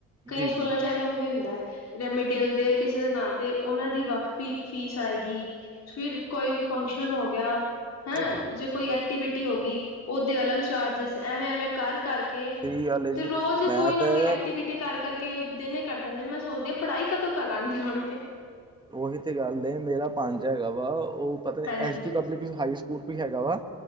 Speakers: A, on the left (about 60°); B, on the right (about 15°).
A: ਕਈ
B: ਜੀ
A: ਸਕੂਲਾਂ
B: ਜੀ
A: ਚ- ਐਵੇਂ ਉਵੇਂ ਹੁੰਦਾ ਹੈ ਰਮੀਡਅਲ ਦੇ ਕਿਸੇ ਦੇ ਨਾਂ ਤੇ ਉਹਨਾਂ ਦੀ ਵੱਖ ਵੀ ਫੀਸ ਆਏਗੀ। ਫਿਰ ਕੋਈ ਫੰਕਸ਼ਨ ਹੋ ਗਿਆ। ਹੈਂ
B: ਬਿਲਕੁਲ ਬਿਲਕੁਲ
A: ਜੇ
B: ਬਿਲਕੁਲ
A: ਕੋਈ ਐਕਟੀਵਿਟੀ ਹੋ ਗਈ ਓਦੇ ਅਲੱਗ ਚਾਰਜਿਸ ਐਵੇਂ-ਐਵੇਂ ਕਰ-ਕਰ, ਕੇ
B: ਸਹੀ ਗੱਲ ਹੈ ਜੀ
A: ਤੇ ਰੋਜ਼
B: ਮੈਂ
A: ਕੋਈ
B: ਤਾਂ
A: ਨਾ ਕੋਈ ਐਕਟੀਵਿਟੀ ਕਰ ਕਰਕੇ ਉਹ ਦਿਨ ਹੀ ਕਰੱ ਦੀਦੇ ਨੇ ਮੈਂ ਸੋਚਦੀ ਹਾਂ। ਪੜਾਈ ਕਦੋਂ ਕਰਵਾਂਦੇ ਹੋਣਗੇ।
B: ਉਹੀ ਤੇ ਗੱਲ ਏ ਮੇਰਾ ਪੰਜਾ ਹੈਗਾ ਵਾ ਉਹ ਪਤਾ ਨ
A: ਹਾਂਜੀ,
B: ਐਸ ਡੀ ਪਬਲਿਕ ਹਾਈ ਸ- ਸਕੂਲ ਵੀ ਹੈਗਾ ਵਾ